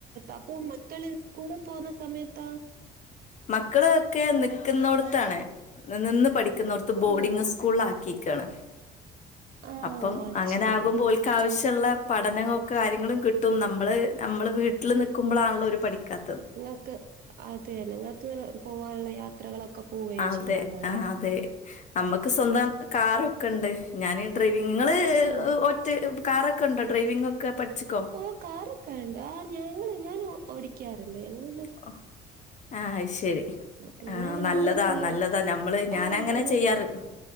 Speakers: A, on the right; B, on the left.
A: അപ്പൊ മക്കള് സ്കൂളി പോവുന്ന സമയത്താേ
B: മക്കള് ക്കെ നിക്കുന്നൊട്ത്താണ് ന്നി നിന്ന് പഠിക്കുന്നോട്ത്ത് ബോർഡിങ്ങ്
A: ഓഹ്
B: സ്കൂള് ആക്കിയേക്കാണ്
A: ആഹ്
B: അപ്പം
A: ഓഹ് അത്
B: അങ്ങനെ
A: ശരി.
B: ആകുമ്പോ ഓൽക്കാവ്ശ്യള്ള
A: ഉം
B: പഠനൊക്കെ കാര്യങ്ങളും കിട്ടും നമ്മള് നമ്മള് വീട്ടില് നിക്കുമ്പളാണല്ലോ ഓര് പഠിക്കാ
A: ഇങ്ങൾക്ക് അതെ നിങ്ങൾക്ക് ഇങ്ങനെ പോവാനുള്ള യാത്രകളൊക്കെ പോവേം
B: അതെ
A: ചെയ്യാല്ലെ
B: ആഹ് അതെ. അമ്മക്ക് സ്വന്തം കാറ് ക്കെണ്ട് ഞാന് ഡ്രൈവിംഗ് ഇങ്ങള്
A: ആഹ് ആഹ്
B: ഒറ്റ കാറൊക്കെണ്ടോ ഡ്രൈവിംഗൊക്കെ പഠിച്ച്ക്കോ
A: ഓഹ് കാറൊക്കെണ്ട് ആഹ് ഞങ്ങള് ഞാന് ഓടിക്കാറ്ണ്ട് ഞങ്ങള്ത്
B: <inaudible> ആഹ് അത് ശെരി
A: പിന്നെ
B: ആഹ് നല്ലതാ
A: ഞങ്ങള് ദൂ
B: നല്ലതാ നമ്മള് ഞാനങ്ങനെ
A: ആഹ് ദൂ
B: ചെയ്യാറ്